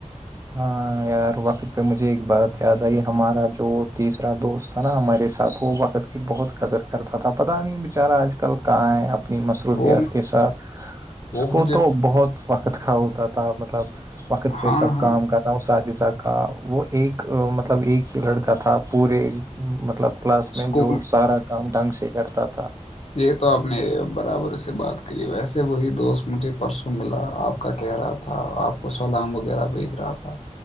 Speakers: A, on the right; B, on the left.
A: ہاں یار وقت پہ مجھے ایک بات یاد آئی ہمارا جو تیسرا دوست تھا نا ہمارے ساتھ وہ وقت کی بہت قدر کرتا تھا پتا نہیں بیچارا آج کل کہاں ہے اب اپنی مصروفیات
B: وہ
A: کے ساتھ اس
B: وہ
A: کو
B: مجھے
A: تو بہت وقت کا ہوتا تھا مطلب وقت پہ
B: ہاں
A: سب
B: ہاں
A: تھا اساتذہ کا وہ ایک مطلب ایک ہی لڑکا تھا پورے مطلب کلاس
B: اسکول
A: میں جو سارا کام ڈھنگ سے کرتا تھا
B: یہ تو آپ نے برابر سے بات کری ویسے وہی دوست مجھے پرسوں ملا آپ کا کہہ رہا تھا آپ کو سلام وغیرہ بھیچ رہا تھا